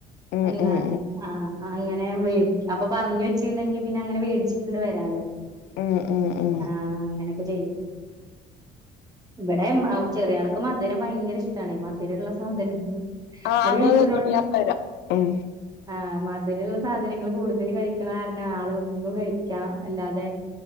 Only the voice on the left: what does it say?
ഉം
ഉം
ഉം ഉം
ഉം ഉം
ആഹ്
ങ്ങൾ
തിന്നോളി ഞാൻ പ്പോ വര ഉം